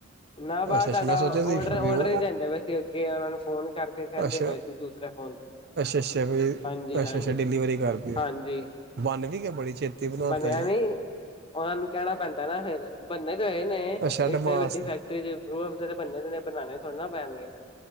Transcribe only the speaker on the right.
ਅੱਛਾ
ਅੱਛਾ ਮੈਂ ਸੋਚਿਆ ਸੀ
ਵਿਊ
ਅੱਛਾ
ਅੱਛਾ ਅੱਛਾ ਵੀ
ਅੱਛਾ
ਅੱਛਾ ਡਿਲੀਵਰੀ ਕਰਦੀ
ਆ ਬਣ ਵੀ ਗਿਆ ਬੜੀ ਛੇਤੀ ਬਣਾ
ਤਾ ਜੇ
ਅੱਛਾ ਐਡਵਾਂਸ